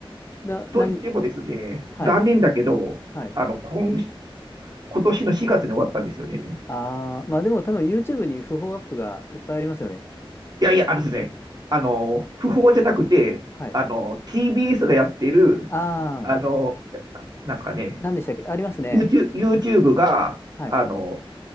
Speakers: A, on the left; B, on the right.
A: な、なに、
B: と言ってもですね、
A: はい。
B: 残念だけど、
A: はい。
B: あの、今、今年の4月に終わったんですよね。
A: ああ、まあでも多分 YouTube に不法アップがいっぱいありますよね。
B: いやいや、あのですね、あの、不法じゃなくて、
A: はい。
B: あの、TBS がやってる、
A: ああ、
B: あの、いやなんですかね、
A: 何でしたっけありますね。
B: YouTube, YouTube が、
A: はい。
B: あの、